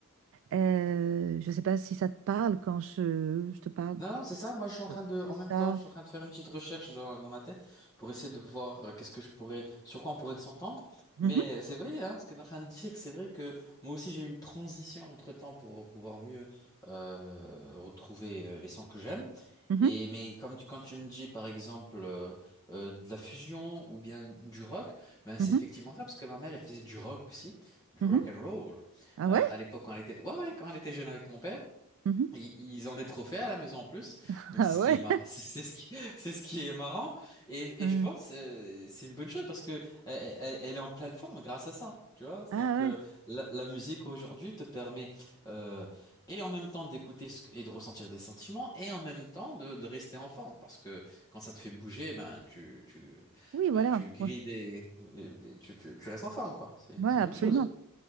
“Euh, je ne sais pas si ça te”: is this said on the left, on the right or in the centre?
Right